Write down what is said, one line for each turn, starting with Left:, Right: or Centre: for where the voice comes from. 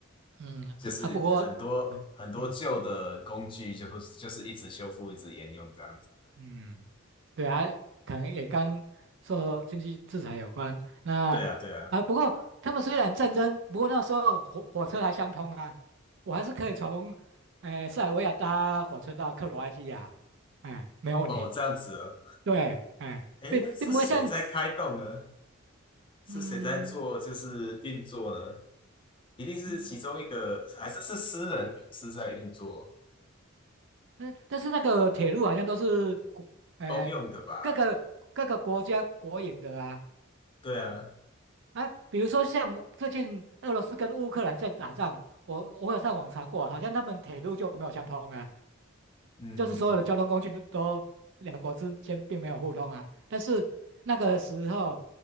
Right: 嗯啊，
Left: 就是很多很多旧的工具就是就是一直修复，
Right: 不过，嗯
Left: 一直沿用这样子。
Right: 嗯对啊，可能也跟受经济制裁有关。那啊，
Left: 对啊，对啊，
Right: 不过他们虽然战争，不过那时候火火车还相通啊，我还是可以从，呃，塞尔维亚搭火车到克罗埃西亚，哎，没有问题。
Left: 哦，这样子啊，
Right: 对，哎，
Left: 诶，
Right: 并并不会像，
Left: 那是谁在开动呢？是谁在做就是运作呢？
Right: 嗯
Left: 一定是其中一个，
Right: 嗯，
Left: 还是是私人公司在运作，
Right: 但但是那个铁路好像都是国，哎，
Left: 公用的吧？
Right: 各个各个国家国营的啊，
Left: 对啊，
Right: 啊，比如说像最近俄罗斯跟乌克兰在打仗，我我有上网查过，好像他们铁路就没有相通啊，
Left: 嗯嗯，
Right: 就是所有的交通工具都都两国之间并没有互通啊。但是那个时候，